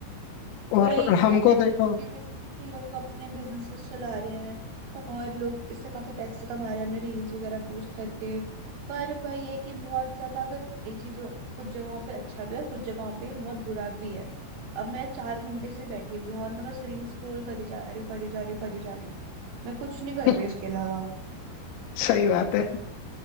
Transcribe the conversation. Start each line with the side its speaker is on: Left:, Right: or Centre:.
Left: और
Right: वही
Left: हमको
Right: पता है, मैं
Left: देखो
Right: भी देख रही हूँ कि लोग अपने बिजनेसेस चला रहे हैं और लोग इससे काफी पैसे कमा रहे हैं अपने रील्स वगैरह पोस्ट करके पर वही है कि बहुत ज्यादा फिर ये चीज कुछ जगहों पे अच्छा भी है कुछ जगहों पे ये बहुत बुरा भी है अब मैं चार घंटे से बैठी हुई हूँ और मैं बस रील्स स्क्रॉल करी जा रही हूँ करी जा रही हूँ करी जा रही हूँ मैं कुछ नहीं कर
Left: <laughs>
Right: रही इसके अलावा
Left: सही बात है